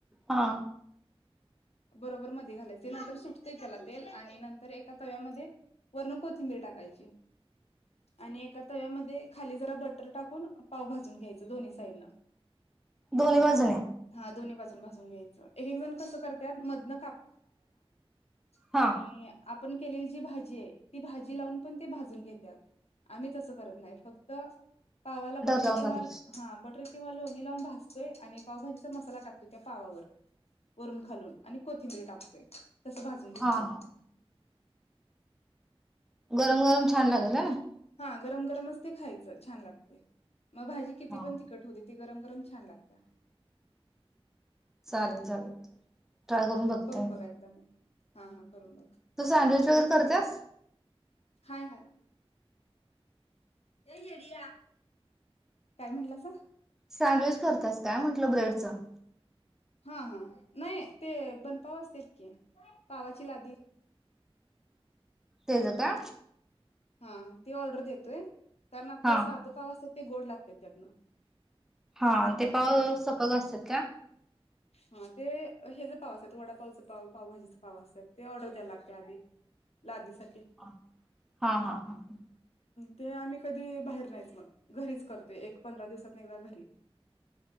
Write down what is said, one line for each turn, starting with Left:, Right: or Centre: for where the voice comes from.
Centre: हा.
Left: बरोबर मध्ये घालायचे नंतर सुटतेय त्याला तेल आणि एका तव्यामध्ये वरण कोथिंबीर टाकायची आणि एका तव्यामध्ये खाली जरा बटर टाकून पाव भाजून घ्यायचं दोन्ही साईडनं.
Centre: दोन्ही बाजूने?
Left: हा दोन्ही बाजून भाजून घ्यायचं एक एक जण कसं करत्यात मधण आणि
Centre: हा.
Left: आप आपण केलेली जी भाजी आहे ती भाजी लावून पण ते भाजून घेतात. आम्ही तसं करत नाही फक्त पावाला बटर
Centre: लावून
Left: किंवा
Centre: भाजायची.
Left: हा बटर तेव्हा लोणी लावून भाजतोय आणि पावभाजीचा मसाला टाकतोय त्या पावावर वरून खालून आणि कोथिंबीर टाकतोय तस भाजून घेतोय
Centre: हा हा. गरम गरम छान लागेल होय ना
Left: हा गरम गरमच ते खायचं छान लागते मग भाजी किती
Centre: हा.
Left: पण तिखट होऊ दे गरम गरम छान लागतीया.
Centre: चालेल चालेल. ट्राय करून बघते.
Left: बघा एकदा मग हा हा. करून बघा
Centre: तू सँडविच वगैरे करतेस?
Left: हय हय ए येड्या. काय म्हणलासा?
Centre: सँडविच करतास काय म्हटलं ब्रेडचं.
Left: हा हा नाही ते बनपाव असतेत की पावाची लादी.
Centre: लेझ का?
Left: हा ती ऑर्डर देतोय. कारण आपलं
Centre: हा.
Left: साधं पाव असत्यात ते गोड लागत्यात त्यातन.
Centre: हा ते पाव सपक असतात का?
Left: हा ते हे ज पाव असत वडापावच पाव पावभजीच पाव असतात ते ऑर्डर द्याय लागते आधी लादी साठी
Centre: हा हा. ह हा ह.
Left: ते आम्ही कधी बाहेर नाहीच मग घरीच करतोय एक पंधरा दिवसात एकदा घरी.